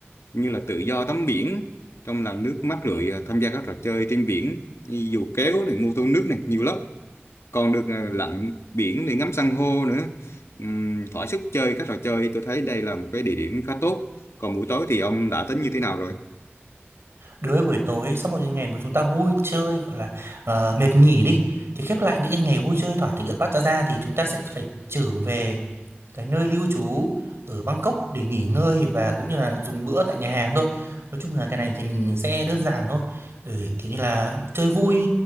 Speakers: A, on the left; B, on the right.
A: như là tự do tắm biển trong làn nước mát rượi tham gia các trò chơi trên biển như dù kéo này mô tô nước này nhiều lắm còn được ờ, lặn biển để ngắm san hô nữa Ừm, thỏa sức chơi các trò chơi tôi thấy đây là một cái địa điểm khá tốt còn buổi tối thì ông đã tính như thế nào rồi
B: đối với buổi tối sau một cái ngày mà chúng ta vui chơi gọi là ờ, mệt nghỉ đi thì khép lại những cái ngày vui chơi thỏa thích ở Pattaya thì chúng ta sẽ phải trở về cái nơi lưu trú ở Bangkok để nghỉ ngơi và cũng như là dùng bữa tại nhà hàng thôi nói chung là cái này thì mình sẽ đơn giản thôi để kiểu như là chơi vui